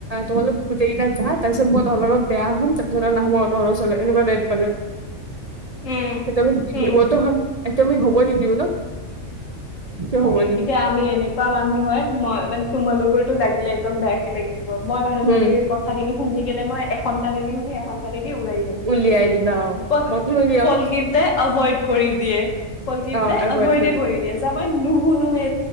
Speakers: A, on the right (about 45°); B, on the left (about 70°).
A: তোমালোক গোটেই কেইটা যা, তাৰপিছত মই তহঁতৰ লগত বেয়া হ'ম পাছত আৰু নাহু আৰু তহঁতৰ ওচৰলে এনেকুৱা টাইপ মানে। <unintelligible>
B: উম, উম।
A: ৱহ তো হম, এইটো হব নিদিওঁ ন। কিয় হ'ব
B: এ
A: দিম।
B: এতিয়া আমি এনেকুৱা মানুহ হয় মই মা- তোমালোকৰতো লাগিলে একদম বেয়াকে লাগি যাব মই মানুহজনী
A: উম,
B: কথ- কথাখিনি শুনি কেনে মই এখন কানেদি শুনি এখন কানেদি ওৰাই দিম।
A: উলিয়াই দিবা অ'
B: পহ
A: মইতো উলিয়াও
B: পলকিটাই এভইড কৰি দিয়ে। পলকিট
A: অ'
B: দাই
A: এভইড
B: এভইডে কৰি দিয়ে, যা মই নুহুনুৱে